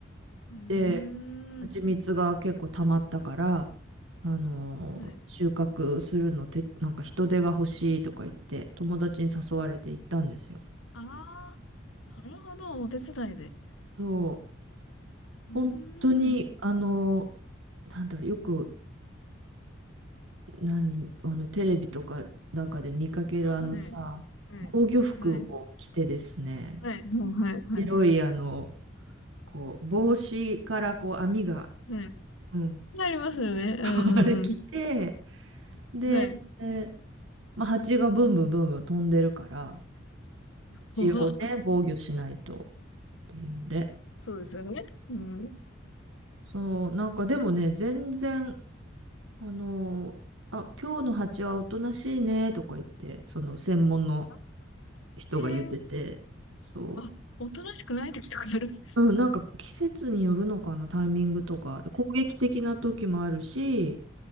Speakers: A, on the left; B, on the right.
A: うーん、
B: で、蜂蜜が結構溜まったから、あのー収穫するのて、
A: はい。
B: なんか人手が欲しいとか言って、友達に誘われて行ったんですよ。
A: ああ、なるほど、お手伝いで。
B: そう、本当に、
A: うーん、
B: あのーなんだろう、よく、何、あの、テレビとかなんかで見かけるあのさ、
A: あはい、はい、
B: 防御服を着てですね、
A: はい、はい、もうはい、はい、
B: 白い、あの、こう、帽子からこう、網が、
A: はい。
B: うん、
A: ありますよね。うん、
B: あれ着て、
A: うん、う
B: で、
A: んはい。
B: えまあ、蜂がブンブンブンブン飛んでるから、一応ね、
A: おは、
B: 防御しないとっていうんで。
A: そうですよね。うん。
B: そう、なんかでもね、全然、あのーあ、今日の蜂はおとなしいねとか言って、その専門の
A: あ
B: 人が言ってて、
A: へえ
B: そ
A: あ、おとなしくない時とかやるんです
B: う、うん、なんか季節によるのかな、タイミングとか、攻撃的な時もあるし、